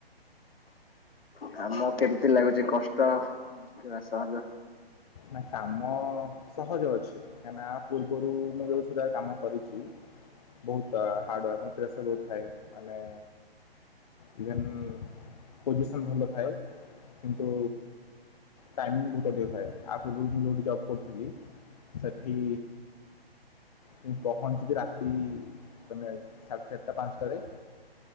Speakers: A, on the left (about 65°); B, on the left (about 40°).
A: କାମ କେମିତି ଲାଗୁଛି କଷ୍ଟ ନା ସହଜ?
B: ନା କାମ ସହଜ ଅଛି। କାହିଁକି ନା ଆ ପୂର୍ବରୁ ମୁଁ ବୋହୁତ ସାରା କାମ କରିଛି ବୋହୁତ ଆ ହାର୍ଡ଼ ୱାର୍ ମାନେ ପ୍ରେସର ବହୁତ ଥାଏ। ମାନେ ଇଭେନ୍ ପୋଜିସନ୍ ଭଲ ଥାଏ। କିନ୍ତୁ ଟାଇମିଙ୍ଗ ଗୁରୁତ୍ଵ ଦେଇଥାଏ। ଆ ପୂର୍ବରୁ ମୁଁ ଯଉଠି ଜବ୍ କରୁଥିଲି। ସେଠି ସେଠି ପହଞ୍ଚିବ ରାତି ତମେ ସାଢ଼େ ଚାରିଟା ପାଞ୍ଚଟାରେ।